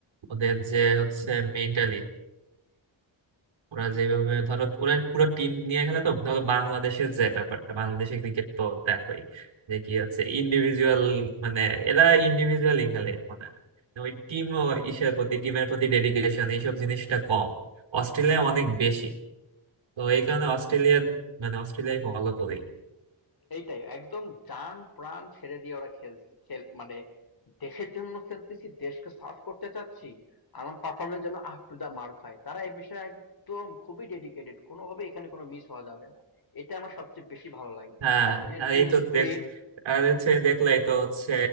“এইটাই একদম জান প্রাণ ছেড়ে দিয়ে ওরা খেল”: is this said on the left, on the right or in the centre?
Left